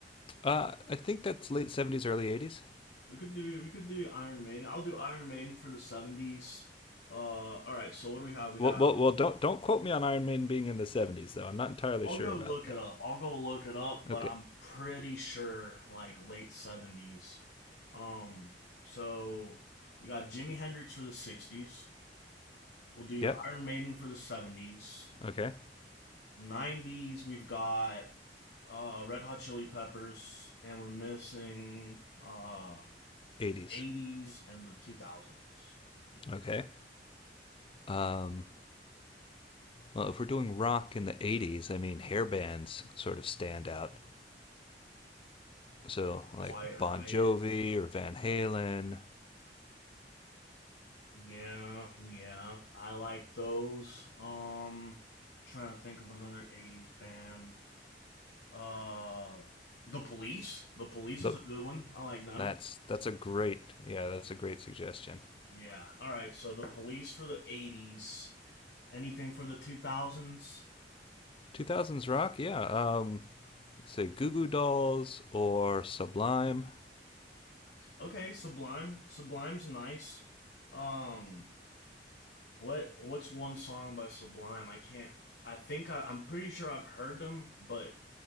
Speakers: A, on the left; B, on the left.
A: Uh, I think that's late seventies, early eighties.
B: We could do we could do Iron Maiden. I'll do Iron Maiden for the seventies. Uh, all right. So what do we have? We
A: Well,
B: have.
A: well, well, don't don't quote me on Iron Maiden being in the seventies, though. I'm not entirely
B: I'll
A: sure
B: go
A: about
B: look
A: that.
B: it up. I'll go look it up, but
A: Okay.
B: I'm pretty sure like late seventies. Um. So we got Jimi Hendrix for the sixties. We'll do
A: Yep.
B: Iron Maiden for the seventies.
A: Okay.
B: Nineties. We've got uh, Red Hot Chili Peppers, and we're missing uh,
A: Eighties.
B: eighties and the two thousands.
A: Okay. Um. Well, if we're doing rock in the eighties, I mean, hair bands sort of stand out. So like
B: Quiet
A: Bon
B: Riot.
A: Jovi or Van Halen.
B: Yeah, yeah. I like those. Um trying to think of another 80s band. Uh The Police. The Police is
A: Look,
B: a good one. I like them.
A: that's that's a great yeah, that's a great suggestion.
B: Yeah. All right. So The Police for the 80s. Anything for the 2000s?
A: Two thousands rock, yeah. Um, you could say Goo Goo Dolls or Sublime.
B: Okay, Sublime. Sublime's nice. Um what what's one song by Sublime? I can't I think I, I'm pretty sure I've heard them, but